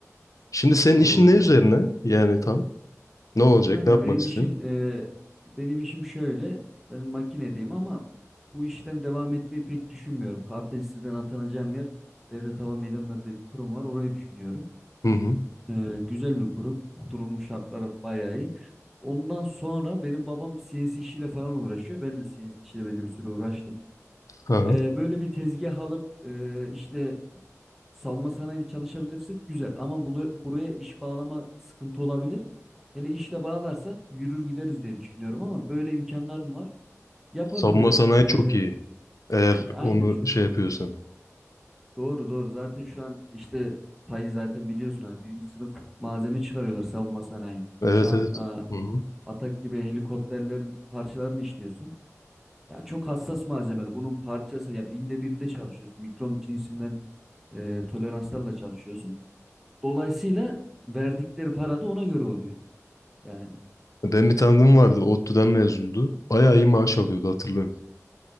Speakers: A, on the left; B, in the centre.
A: Şimdi senin
B: Oo,
A: işin ne
B: çok.
A: üzerine? Yani tam. Ne olacak?
B: Kanka
A: Ne yapmak
B: benim
A: istiyorsun?
B: işin e, benim işim şöyle. Ben makinedeyim ama bu işten devam etmeyi pek düşünmüyorum. KPSS'den atanacağım yer Devlet Hava Meydanları diye bir kurum var. Orayı düşünüyorum.
A: Hı hı.
B: E, güzel bir kurum. <laughs> Durumun şartları bayağı iyi. Ondan sonra benim babam CNC işiyle falan uğraşıyor. Ben de CNC işiyle belli bir süre uğraştım.
A: Aha.
B: E, böyle bir tezgah alıp e, işte Savunma sanayini çalışabilirsek güzel ama bulu- buraya iş bağlama sıkıntı olabilir. Hele işle bağlarsak yürür gideriz diye düşünüyorum ama böyle imkanlarım var. Yapabilirim.
A: Savunma sanayi
B: Ee,
A: çok iyi. Eğer
B: aynen.
A: onu şey yapıyorsan.
B: Doğru doğru. Zaten şu an işte payı zaten biliyorsun hani birinci sınıf malzeme çıkarıyorlar savunma sanayi.
A: Evet
B: Şu an
A: evet.
B: a,
A: Hı hı.
B: Atak gibi helikopterlerin parçalarını işliyorsun. Ya çok hassas malzemeler. Bunun parçası ya binde birle çalışıyorsun. Mikron cinsinden e, toleranslarla çalışıyorsun. Dolayısıyla verdikleri para da ona göre oluyor. Yani
A: Ben bir tanıdığım vardı. ODTÜ'den mezundu. Bayağı iyi maaş alıyordu hatırlıyorum.